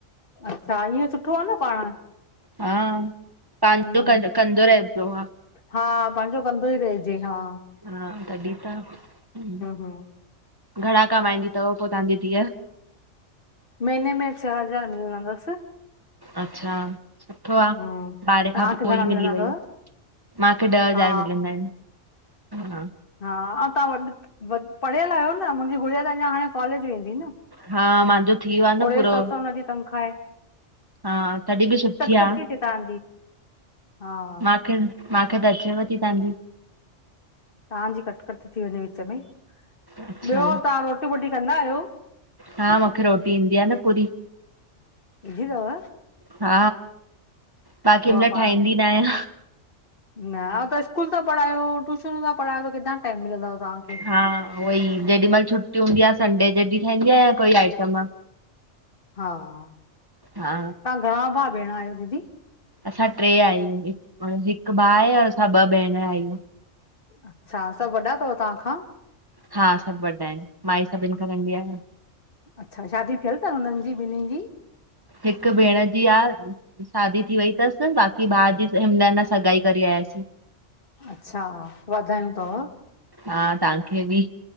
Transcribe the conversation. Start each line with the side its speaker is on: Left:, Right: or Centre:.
Left: अच्छा ईअं सुठो आ न पाण।
Right: हा पांजो
Left: हम्म
Right: कम कंदो रहबो आ।
Left: हा पांजो कंदो ई रहिजे हं
Right: हा तॾहिं त हम्म,
Left: हं।
Right: घणा कमाईंदी थव पो तांजी दिअ?
Left: महिने में छः हज़ार मिलंदस्।
Right: अच्छा। सुठो आ
Left: हम्म
Right: ॿारहें
Left: तव्हांखे
Right: खां पो
Left: घणा
Right: ई मिली
Left: मिलंदा अथव
Right: वई मांखे ॾह हज़ार
Left: हा
Right: मिलंदा आहिन। हा।
Left: हा अं तव्हां वॾ पढ़ियल आहियो न मुंहिंजी गुड़िया त अञा हाणे कॉलेज वेंदी न।
Right: हा मांजो थी वा आ न
Left: ओड़े
Right: पूरो
Left: हिसाब सां हुनजी तनख़्वाह आहे
Right: हा तॾहिं बि सुठी आ।
Left: <unintelligible> तांजी हा।
Right: मूंखे मांखे दर्चेव थी तां जी।
Left: तांजी कटकट थी वञे विच में ॿियो
Right: अच्छा
Left: तां रोटी वोटी कंदा आहियो?
Right: हा मूंखे रोटी ईंदी आ न पूरी।
Left: जि दव।
Right: हा बाक़ी
Left: आहे
Right: मल
Left: पाण
Right: ठाहींदी न आयां।
Left: न त स्कूल था पढ़ायो, ट्यूशनूं था पढ़ायो त किथां टाइम मिलंद तांखे।
Right: हां उह ई जेॾी मल छुटी हूंदी आहे संडे जॾी ठहंदी आया कोई आइटम।
Left: हां
Right: हा
Left: तां घणा भा-भेण आहियो दीदी?
Right: असां ट्रे आहियूं हिक भा आहे असां ॿ भेणर आहियूं।
Left: अच्छा सभु वॾा थव तांखां?
Right: हां सभ वॾा आहिन् माई सभिन खां नंढी आहियां।
Left: अच्छा शादी थियल थ हुनन् जी ॿिन्हिन् जी?
Right: हिकु भेण जी आ। शादी थी वई थस बाक़ी भा जी हिमदन सगाई करी आयासीं।
Left: अच्छा वाधायूं थव।
Right: हां तां खे बि।